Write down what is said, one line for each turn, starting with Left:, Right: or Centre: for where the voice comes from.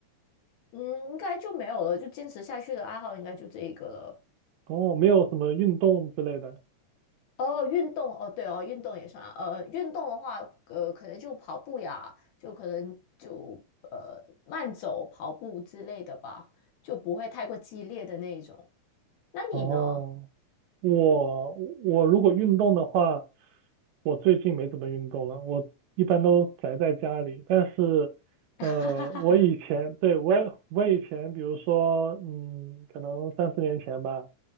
Left: 嗯，应该就没有了，就坚持下去的爱好应该就这一个了。
Right: 哦，没有什么运动之类的。
Left: 哦，运动哦，对哦，运动也算啊。呃，运动的话，呃，可能就跑步呀，就可能就呃慢走、跑步之类的吧，就不会太过激烈的那一种。那你呢？
Right: 哦，我我如果运动的话，我最近没怎么运动了，我一般都宅在家里。但是，呃，
Left: <laughs>
Right: 我以前，对，我也我以前，比如说，嗯，可能三四年前吧，